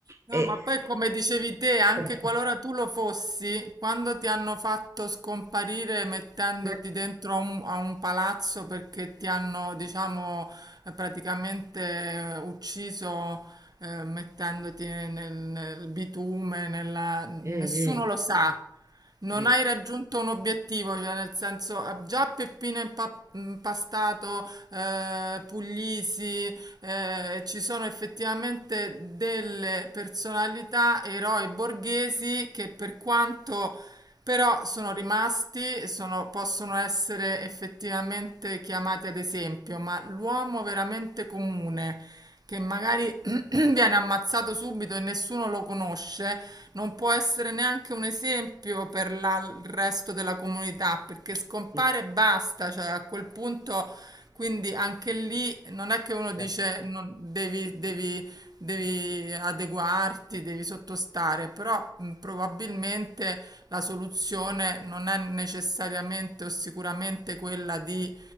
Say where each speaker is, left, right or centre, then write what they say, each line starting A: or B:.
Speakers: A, on the right; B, on the right.
A: No,
B: E...
A: ma poi come dicevi te, anche
B: <laughs>
A: qualora tu lo fossi, quando ti hanno fatto scomparire mettendoti
B: Mm,
A: dentro a un, a un palazzo perché ti hanno, diciamo, eh, praticamente eh, ucciso, eh, mettendoti nel, nel bitume, nella- nessuno
B: mm,
A: lo sa. Non
B: mm,
A: hai raggiunto un obiettivo, cioè nel senso eh, già Peppino Impa- Impastato, eh, Puglisi, eh, ci sono effettivamente delle personalità, eroi borghesi che per quanto però sono rimasti e sono- possono essere effettivamente chiamati ad esempio, ma l'uomo veramente comune, che magari <clears throat> <coughs> viene ammazzato subito e nessuno lo conosce, non può essere neanche un esempio per la- il resto della comunità, perché scompare
B: mm,
A: e basta, cioè a quel punto quindi anche lì non è che uno
B: certo.
A: dice non- devi, devi- devi adeguarti, devi sottostare, però mh, probabilmente la soluzione non è necessariamente o sicuramente quella di